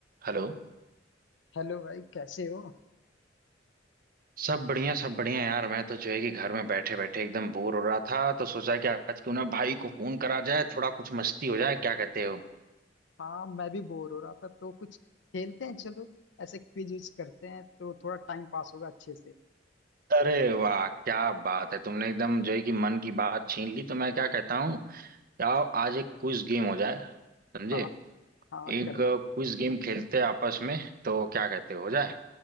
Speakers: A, on the right (about 50°); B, on the left (about 70°).
A: Hello
B: हेलो भाई कैसे हो
A: सब बढ़िया सब बढ़िया यार मैं तो जो है कि घर में बैठे बैठे एकदम बोर हो रहा था तो सोचा कि आज क्यों ना भाई को फोन करा जाए थोड़ा कुछ मस्ती हो जाए क्या कहते हो
B: हाँ मैं भी बोर हो रहा था तो कुछ खेलते हैं चलो ऐसे क्विज विज करते हैं तो थोड़ा टाइम पास होगा अच्छे से
A: अरे वाह क्या बात है तुमने एकदम जो है कि मन की बात छीन ली तो मैं क्या कहता हूँ कि आओ आज एक क्विज गेम हो जाए समझे
B: हाँ हाँ
A: एक
B: कर
A: क्विज गेम खेलते हैं आपस में तो क्या कहते हो हो जाए